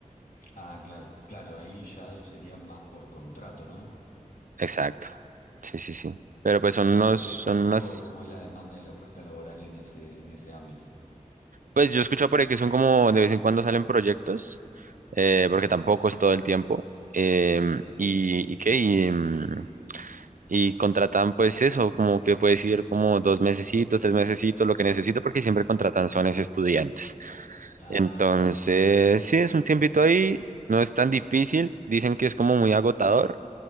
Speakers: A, on the left; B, on the right.
A: Ah, claro, claro, ahí ya sería más por contrato, ¿no?
B: Exacto. Sí, sí, sí. Pero pues
A: Sí,
B: son unos,
A: de- desconozco
B: son unas,
A: cómo es la demanda y la oferta laboral en ese, en ese ámbito.
B: pues yo escucho por ahí que son como de vez en cuando salen proyectos eh, porque tampoco es todo el tiempo. em, y, y qué, y, mm, y contratan pues eso, como que puedes ir como dos mesecitos, tres mesecitos, lo que necesito, porque siempre contratan son es estudiantes.
A: Ah,
B: Entonces, sí, es un tiempito ahí, no es tan difícil, dicen que es como muy agotador,